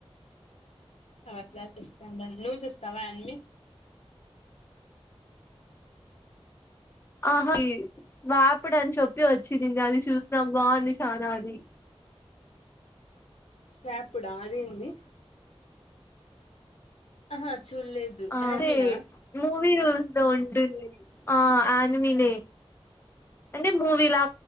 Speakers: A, on the left; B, on the left.
A: అవట్లా చూస్తాండాన్ నువ్వు చూస్తావా అన్మి
B: ఆహా వ్యాప్డన్ చెప్పి వచ్చింది నిన్న అది చూసినాం బాగుంది చనా అది
A: వ్యాపుడా అదేంది ఆహా చూడలేదు
B: అదే
A: యాన్మినా
B: మూ వీడియోస్ లో ఉంటుంది ఆ ఆనిమినే అంటే మూవీలా